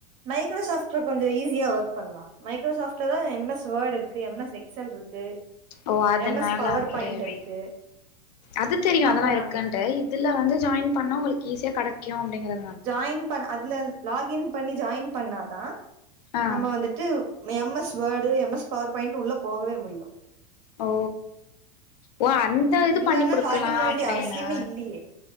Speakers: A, on the right; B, on the left.
A: மைக்ரோசாப்ட்ல கொஞ்சோ ஈஸியா ஒர்க் பண்ணலா மைக்ரோசாப்ட்லதா எம் எஸ் வேர்டு இருக்கு எம் எஸ் எக்செல் இருக்கு
B: ஓ அதனால
A: எம் எஸ் பவர்
B: அப்டி
A: பாயிண்ட் இருக்கு
B: அது தெரியு
A: அப்ப
B: அதெல்லா இருக்கன்ட்டே
A: நா
B: இதுல வந்து ஜாயின் பண்ணா உங்களுக்கு ஈஸியா கெடைக்கு அப்டிங்கிற
A: ஜாயின் பண் அதுல லாகின் பண்ணி ஜாயின் பண்ணாதா
B: ஆ
A: நம்ம வந்துட்டு M S word M S power பாயிண்ட்னு உள்ள போகவே முடியு
B: ஓ ஓ அந்த இது
A: இல்லன்னா
B: பண்ணி குடுக்கலா
A: லாகின் பண்ண வேண்டிய
B: அப்டின்னா
A: அவசியமே இல்லையே